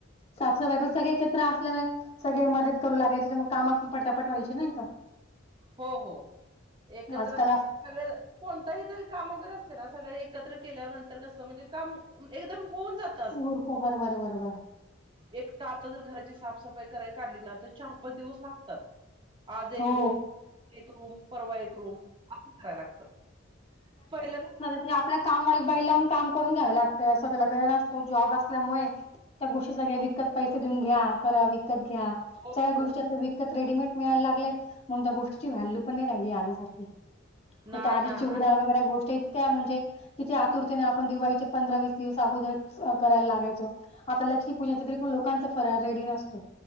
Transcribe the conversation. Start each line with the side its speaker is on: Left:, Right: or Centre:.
Left: साफसफाई पण सगळे एकत्र, असल्यामुळे सगळे मदत. करू लागायचे तर मग काम, पण पटापट व्हायचे ना का.
Right: हो हो एकत्र.
Left: आजकाल
Right: सगळ कोणत ही तरी काम वगैरे असलं ना, सगळे एकत्र केल्या नंतर कसं म्हणजे काम एकदम होऊन जात.
Left: उरकू भरभर भरभर.
Right: एकटा आता जर, घराची साफसफाई कराय काढली ना तर चार पाच दिवस लागतात. आज एक
Left: हो
Right: रूम, एक रूम परवा एक रूम असं कराय लागतं, पहिलं का
Left: काय आपल्या कामवालीकबाई लावून काम करून घ्याव लागतं, असं त्याला वेळ नसतो जॉब असल्यामुळे. त्या गोष्टी सगळ्या विकत पैसे देऊन घ्या करावी. घ्यां
Right: हो
Left: सगळ्या
Right: हो
Left: गोष्टी विकत रेडिमेड मिळायला लाग त्या गोष्टीची व्हॅल्यू पण नाही राहिली, आधी सारखी
Right: नाही
Left: आधीची
Right: ना आणि
Left: चिवडा वगैरे गोष्टीत. काय म्हणजे किती आतुरते ने, आपण दिवाळीचे पंधरा वीस दिवस अगोदर करायला लागायचो. आता लक्ष्मी पूजाच तरी पण, लोकांचा फराळ रेडी नसतो.